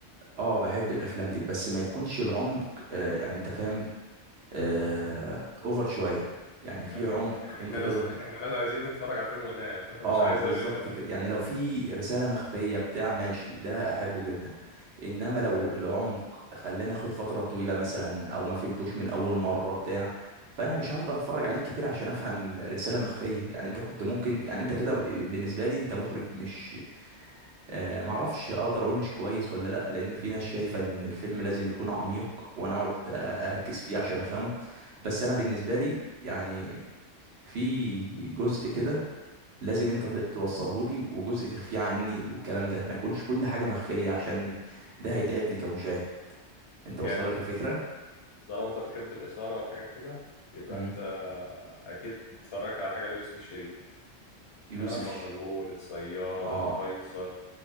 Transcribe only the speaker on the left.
احنا
احنا
ناس احنا ناس عايزين نتفرج على الفيلم وننام <laughs> مش
عايز
اشغل دماغي
جامد
جامد
طالما انت بتحب الاثاره والحاجات كده يبقى
انت اكيد اتفرجت على حاجه ليوسف الشريف
رقم
مجهول الصياد
القيصر